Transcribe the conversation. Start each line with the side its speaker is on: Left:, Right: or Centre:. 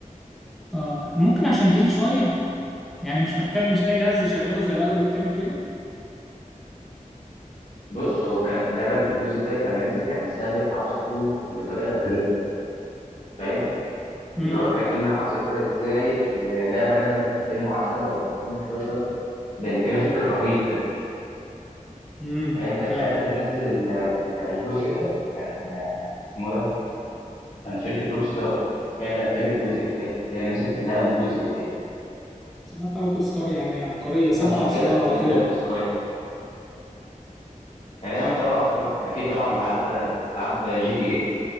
Centre: اه ممكن عشان تقيل شوية يعني مش محتاج مش اي جهاز يشغله زي الاول والتاني وكده
Left: بص هو كان اللعبه الجزء الثالث لما نزل كان سابق عصره بطريقه غريبه فاهم
Centre: امم
Left: اللي هو كان ايه اللي حاصل ده ازاي آه، لعبه نازله في 2010 ولا 2011 بالجرافيك الرهيب ده
Centre: امم
Left: فاهم كان
Centre: فعلا
Left: ساعتها اللي منزل ال- ال- الجزء ده كان آه، اسمه ده كان شركة روك ستار هي اللي أنتجت الجزء التالت هي اللي مسكت اللعبة من الجزء التالت
Centre: بصراحة روك ستار يعني عبقرية سبع
Left: فعشان
Centre: أسرع
Left: كده
Centre: على
Left: الجرافيكس
Centre: طول
Left: اتغير يعني دايما تبع عصرها أنت أكيد طبعا لعبت ألعاب جي تي إيه